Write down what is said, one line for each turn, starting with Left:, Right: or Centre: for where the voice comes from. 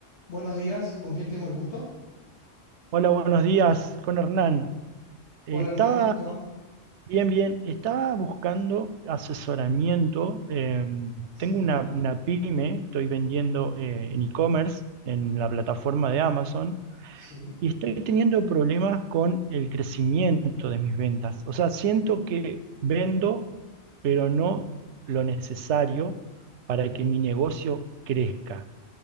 Left: Buenos días, ¿con quién tengo el gusto?
Right: Hola, buenos días con Hernán.
Left: ¿Sí? Hola
Right: Eh, estaba
Left: Hernán, ¿cómo te va?
Right: bien, bien, estaba buscando asesoramiento. eh,
Left: Sí,
Right: tengo una, una pyme, estoy vendiendo eh, en e-commerce, en la plataforma de Amazon,
Left: sí,
Right: y estoy teniendo problemas con el crecimiento de mis ventas. O sea, siento que vendo, pero no lo necesario para
Left: bien,
Right: que mi negocio crezca.